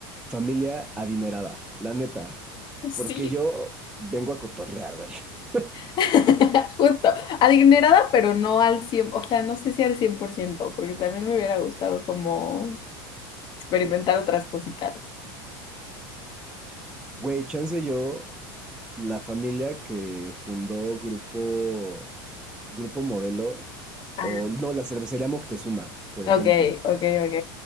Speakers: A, in the centre; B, on the left.
A: familia adinerada, la neta.
B: Sí.
A: Porque yo vengo a cotorrear, güey. <laughs>
B: <laughs> Justo. Adinerada, pero no al 100. o sea, no sé si al 100%, porque también me hubiera gustado como experimentar otras cositas.
A: Güey, chance yo, la familia que fundó Grupo, Grupo Modelo,
B: Ah,
A: o no, la cervecería Moctezuma, por
B: Ok,
A: ejemplo.
B: ok, ok.